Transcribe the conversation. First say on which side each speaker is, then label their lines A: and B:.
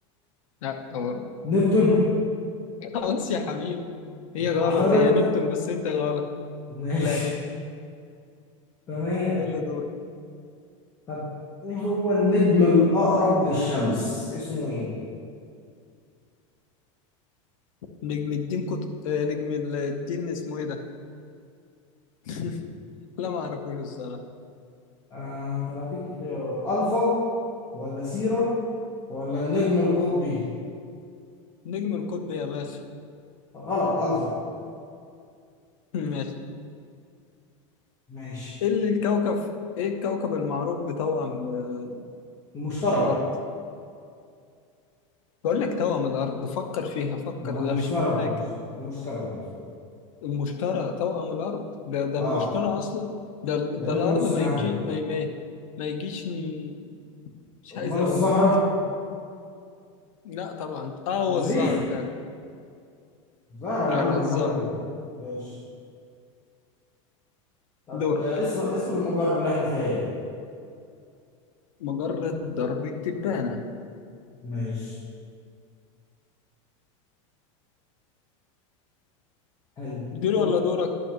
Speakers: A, on the left; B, on the left.
A: لا غلط
B: نبتون
A: <laughs> خلاص يا حبيبي هي غلط
B: عطارد
A: هي نبتون بس انت غلط
B: ماشي
A: لا نبت
B: تمام
A: يلا دور
B: طب ايه هو النجم الأقرب للشمس؟ اسمه ايه؟
A: نجم الدين كت... آه، نجم ال- الدين اسمه ايه ده <laughs> لا ما اعرفوش الصراحه
B: آه طب هديك اختيارات الفا ولا سيرة ولا النجم القطبي
A: نجم القطب يا باشا
B: غلط الفا
A: <laughs> ماشي
B: ماشي
A: ايه اللي الكوكب ايه الكوكب المعروف بتوأم آه،
B: المشتري
A: الارض بقول لك توأم الارض فكر فيها فكر
B: ما هو المشتري
A: ده مش محتاج
B: المش- المشتري المشتري
A: المشتري توأم الارض ده ده
B: اه
A: المشتري اصلا ده ده
B: لانه
A: الارض
B: نفس
A: ما
B: الحاجة
A: يجي ما ما ما يجيش ن- مش
B: امال
A: عايز اقول
B: الزهرة
A: لا طبعا اه هو
B: المريخ
A: الزهر فعلا
B: زهرة يا
A: لا
B: عم
A: لا
B: امال
A: الزهر
B: ايه ماشي طب
A: دورك
B: آه، اسم اسم المجرة اللي احنا فيها ايه
A: مجرد ضرب التبانة
B: ماشي حلو
A: دول
B: دورك
A: ولا دورك